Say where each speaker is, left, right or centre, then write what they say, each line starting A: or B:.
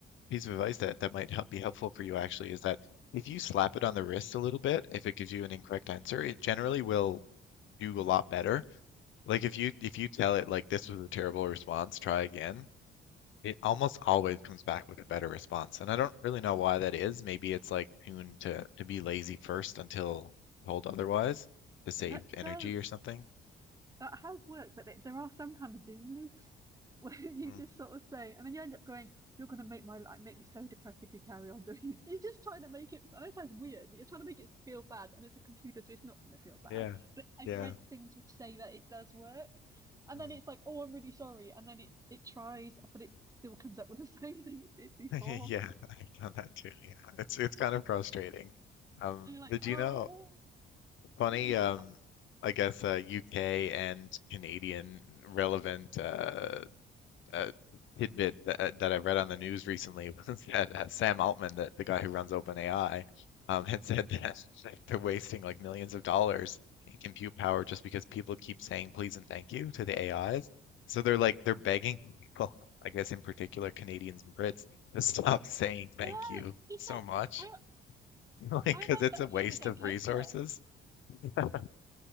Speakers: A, on the left; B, on the right.
A: piece of advice that that might help be helpful for you actually is that if you slap it on the wrist a little bit, if it gives you an incorrect answer, it generally will do a lot better. Like if you if you tell it like this was a terrible response, try again. It almost always comes back with a better response, and I don't really know why that is. Maybe it's like tuned to to be lazy first until told otherwise to save
B: that
A: energy
B: does
A: or something.
B: that has worked, but th- there are sometimes doom loops <laughs> where you
A: Mm,
B: just sort of say, and then you end up going, "You're going to make my life make me so depressed if you carry on doing this." <laughs> You're just trying to make it. I know it sounds weird, but you're trying to make it feel bad, and it's a computer, so it's not going to feel bad.
A: yeah,
B: But I've
A: yeah,
B: read things which say that it does work, and
A: mm.
B: then it's like, "Oh, I'm really sorry," and then it it tries, but it still comes up with the <laughs> same thing it did before.
A: <laughs> Yeah, I've done that too. Yeah, it's it's kind of frustrating. Um,
B: And you're like,
A: did
B: "Oh,
A: you know funny?
B: yeah,
A: Um,
B: sorry." <gasps>
A: I guess uh, UK and Canadian relevant uh, uh, tidbit that uh, that I read on the news recently <laughs> was that uh, Sam Altman, that the guy who runs OpenAI, um, had said <laughs> that they're wasting like millions of dollars in compute power just because people keep saying please and thank you to the AIs. So they're like they're begging people, I guess in particular Canadians and Brits, to stop <laughs> saying thank
B: No,
A: you
B: he
A: so
B: said,
A: much,
B: I
A: <laughs> like because
B: I read
A: it's
B: that
A: a waste
B: he was okay
A: of resources.
B: with it.
A: <laughs>